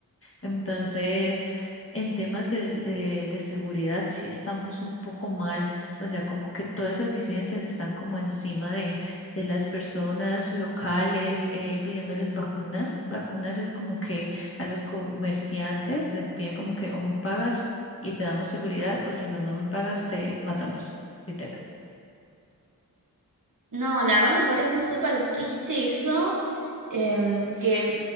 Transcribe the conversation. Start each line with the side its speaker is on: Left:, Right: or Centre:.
Left: Entonces, en temas de, de, de seguridad, sí estamos un poco mal, o sea, como que todas esas disidencias están como encima de, de las personas locales, eh, pidiéndoles vacunas. Vacunas es como que a los comerciantes les piden como que o me pagas y te damos seguridad, o si no, no me pagas, te matamos. literal.
Right: No, la verdad me parece súper triste eso, em, que